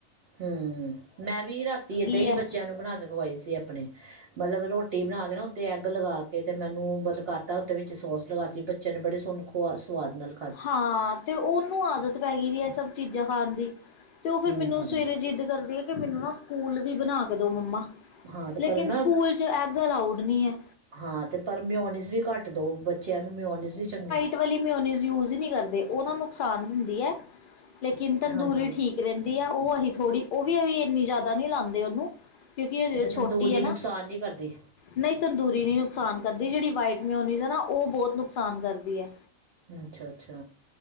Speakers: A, on the right; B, on the left.
A: ਹੂੰ ਮੈਂ ਵੀ ਰਾਤੀਂ ਏਦਾਂ ਈ
B: ਹੈ
A: ਬੱਚਿਆਂ ਨੂੰ ਬਣਾ ਕੇ ਖਵਾਈ ਸੀ ਆਪਣੇ ਮਲਬ ਰੋਟੀ ਬਣਾ ਕੇ ਨਾ ਉੱਤੇ ਐੱਗ ਲਵਾ ਕੇ ਤੇ ਮੈਨੂੰ ਮਲਬ ਕਰਤਾ ਉਹਦੇ ਵਿੱਚ ਸੋਸ ਲਵਾ ਤੀ ਬੱਚਿਆਂ ਨੇ ਬੜੇ ਸੋਹਣੇ ਆ ਸਵਾਦ ਨਾਲ਼
B: ਹਾਂ ਤੇ ਉਹਨੂੰ ਆਦਤ ਪੈ ਗਈ ਐ ਇਹ ਸਭ ਚੀਜ਼ਾਂ ਖਾਣ ਦੀ ਤੇ ਉਹ ਫਿਰ
A: ਹਮ
B: ਮੈਨੂੰ
A: ਹਮ
B: ਸਵੇਰੇ ਜਿੱਦ ਕਰਦੀ ਆ ਕਿ ਮੈਨੂੰ ਨਾ ਸਕੂਲ ਵੀ ਬਣਾ ਕੇ ਦੋ ਮੰਮਾ।
A: ਹਾਂ ਤੇ
B: ਲੇਕਿਨ
A: ਪਰ ਨਾ
B: ਸਕੂਲ 'ਚ ਐਗ ਅਲਾਊਡ ਨੀ ਐ।
A: ਹਾਂ ਤੇ ਪਰ ਮਿਉਨਿਸ ਵੀ ਘੱਟ ਦਾਓ ਬੱਚਿਆਂ ਨੂੰ ਮਿਓਨਿਸ ਵੀ ਚੰਗੀ
B: ਓ ਵਾਲੀ ਮਿਓਨੀਜ਼ ਯੂਜ ਹੀ ਨੀ ਕਰਦੇ ਉਹ ਨਾ ਨੁਕਸਾਨ ਹੁੰਦੀ ਏ ਲੇਕਿੰਨ ਤੰਦੂਰੀ
A: ਹਾਂਜੀ
B: ਠੀ ਕ ਰਹਿੰਦੀ ਹੈ ਉਹ ਹਜੇ ਥੋੜੀ ਉਹ ਵੀ ਅਸੀਂ ਇੰਨੀ ਜ਼ਿਆਦਾ ਨੀ ਲਾਦੇ ਉਹਨੂੰ। ਕਿਉਂਕਿ ਹਜੇ
A: ਅੱਛਾ
B: ਉਹ ਛੋਟੀ
A: ਤੰਦੂਰੀ
B: ਐ ਨਾ।
A: ਨੁਕਸਾਨ ਨਹੀਂ ਕਰਦੀ
B: ਨਈ ਤੰਦੂਰੀ ਨੀ ਨੁਕਸਾਨ ਕਰਦੀ ਜਿਹੜੀ ਵਾਈਟ ਮਿਓਨੀਜ਼ ਨਾ ਉਹ ਬਹੁਤ ਨੁਕਸਾਨ ਕਰਦੀ ਐ।
A: ਅੱਛਾ-ਅੱਛਾ